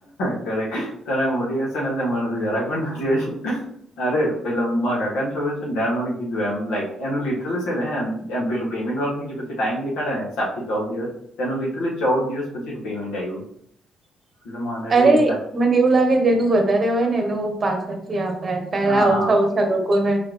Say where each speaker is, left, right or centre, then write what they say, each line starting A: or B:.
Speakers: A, on the left; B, on the right.
A: કરરે તને મોટીવેશન હશે મનતો તજરાય પણ નથી હશે અરે પેલો મરા કાકા છોકરો છે મને કીધું એમ લાઈક એનું લિટરેલી છે ને એમ પેલું પેમેન્ટ વાળું થ પછી ટાઈમ દેખાડેને ચૌદ દિવસ તેનું લિટરલી ચૌદ દિવસ પછી પેમેન્ટ આવ્યું એટલે મને
B: અરે
A: બી એજ લાગ
B: મને એવું લાગે જેનું વધારે હોય ને એનું પાછળથી આવતા હશે પેલા
A: હા
B: ઓછા ઓછા લોકો ને